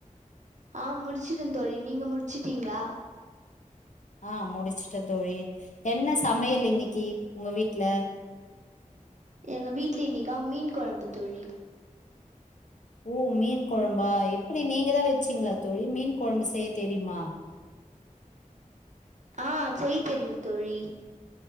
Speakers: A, on the right; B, on the left.
A: ஆ முடிச்சிட்ட தோழி, நீங்க முடிச்சுட்டீங்ளா
B: ஆ முடிச்சிட்ட தோழி, என்ன சமையல் இன்னைக்கி உங்க வீட்ல
A: எங்க வீட்ல இன்னைக்கா மீன் கொழம்பு தோழி
B: ஓ மீன் கொழம்பா எப்டி நீங்கதா வச்சீங்ளா தோழி, மீன் கொழம்பு செய்ய தெரிமா
A: ஆ, செய்ய தெரியு தோழி